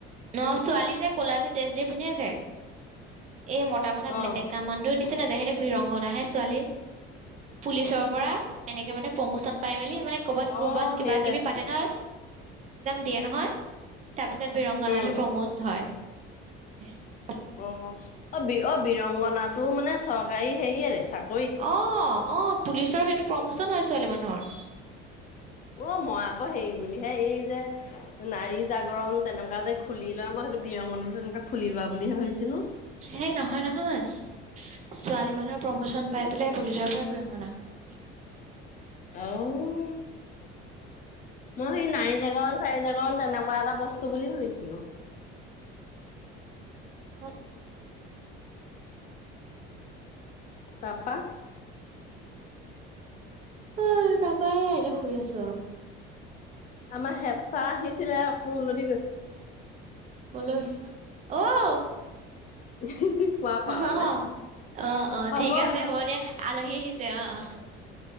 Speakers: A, on the right; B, on the left.
A: ন ছোৱালী যে কুলা যে ড্ৰেছযোৰ পিন্ধে যে এই মতা মানে ব্লে
B: অ'।
A: কামাণ্ডো নিচি নি না যহেতু বিৰংগনাহে ছোৱালীৰ পুলিচৰ পৰা এনেকে মানে প্ৰমোচন পাই মেলি মানে ক'বাত
B: অ',
A: ক'বাত কিবা
B: সেই
A: কিবি
B: ড্ৰেছটো
A: পাতে নহয় দিয়ে নহয় তাৰপিছত বৰংগনালে
B: উম,
A: প্ৰমোদ হয় <unintelligible>
B: অ'। অ' বি-অ-বীৰংগনাটোও মানে চৰকাৰী হেৰি আৰে, চাকৰি
A: অ' অ'। পুলিচৰ সেইটো প্ৰমোচন হয়, ছোৱালী মানুহৰ
B: অ' মই আকৌ হেৰি বুলিহে, এই যে, নাৰী জাগৰণ তেনেকুৱা যে খুলি লয়, মই সেইটো বীৰংগনাটো তেনেকুৱা খুলি লোৱা বুলিহে ভাবিছিলো।
A: সেই নহয় নহয়। ছোৱালী মানুহৰ প্ৰমোচন পাই
B: উম।
A: পেলাই পুলিচৰ পৰা গনা হয়
B: অ'। মই সেই নাৰী জাগৰণ, চাৰি জাগৰণ তেনেকুৱা এটা বস্তু বুলি ভাবিছিলোঁ।
A: অ'।
B: তাৰপা
A: অ' তা পায় এতিয়া শুই আছো আৰু।
B: আমাৰ হেদচাৰ আহিছিলে, আকৌ উলটি গৈছে।
A: কলৈ। অউ
B: <unintelligible>
A: অ',
B: পাৰলে
A: অ' অ'
B: হ'ব
A: ঠিক আছে
B: দে
A: হ'ব দিয়া। আলহী আহি ছে অ' অ'।